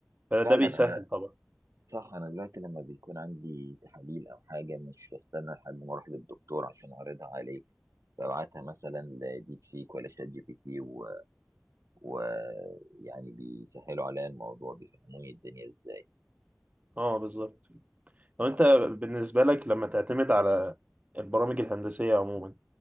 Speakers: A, on the right (about 30°); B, on the right (about 80°).
A: فده
B: فعلا
A: بيسهل
B: أنا
A: طبعا
B: صح أنا دلوقتي لما بيكون عندي تحاليل أو حاجة مش بستنى لحد ما أروح للدكتور عشان أعرضها عليه ببعتها مثلا لديب سيك ولا شات جي بي تي و ويعني بيسهلوا عليا الموضوع بيفهموني الدنيا ازاي
A: اه بالظبط طب
B: اه
A: انت بالنسبة لك لما تعتمد على البرامج الهندسية عموما